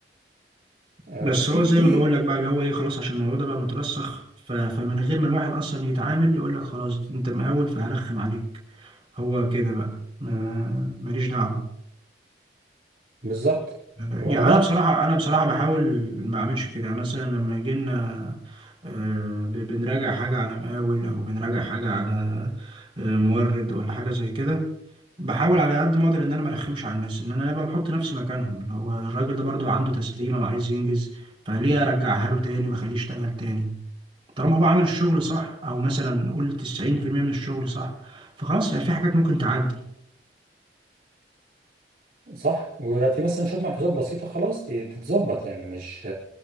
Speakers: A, on the right (about 55°); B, on the right (about 30°).
A: آه،
B: بس
A: في
B: هو زي
A: كتير
B: ما بقول لك بقى اللي هو ايه خلاص عشان الموضوع ده بقى مترسخ ف- فمن غير ما الواحد اصلا يتعامل يقول لك خلاص انت مقاول فهرخم عليك هو كده بقى ما- ماليش دعوه
A: بالظبط
B: يعني
A: وانا
B: انا بصراحه انا بصراحه بحاول ما اعملش كده يعني مثلا لما يجي لنا آه، ب- بنراجع حاجه على مقاول او بنراجع حاجه على آه، مورد ولا حاجه زي كده بحاول على قد ما اقدر ان انا ما ارخمش على الناس ان انا ببقى بحط نفسي مكانهم اللي هو الراجل ده برضو عنده تسليمه وعايز ينجز فليه ارجعها له تاني واخليه يشتغل تاني طالما هو عامل الشغل صح او مثلا قول 90% من الشغل صح فخلاص يعني في حاجات ممكن تعدي
A: صح ويبقى في مثلا شوية ملحوظات بسيطة خلاص ت- تتظبط يعني مش